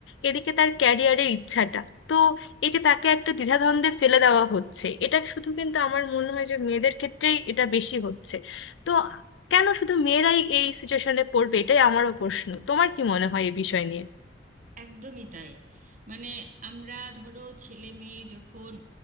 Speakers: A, on the left; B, on the right.
A: এদিকে তার ক্যারিয়ারের ইচ্ছাটা তো এই যে তাকে একটা দ্বিধাদ্বন্দ্বে ফেলে দেওয়া হচ্ছে এটা শুধু কিন্তু আমার মনে হয় যে মেয়েদের ক্ষেত্রেই এটা বেশি হচ্ছে তো কেন শুধু মেয়েরাই এই সিচুয়েশনে পড়বে এটাই আমারও প্রশ্ন তোমার কি মনে হয় এই বিষয় নিয়ে
B: একদমই তাই মানে আমরা ধরো ছেলে মেয়ে যখন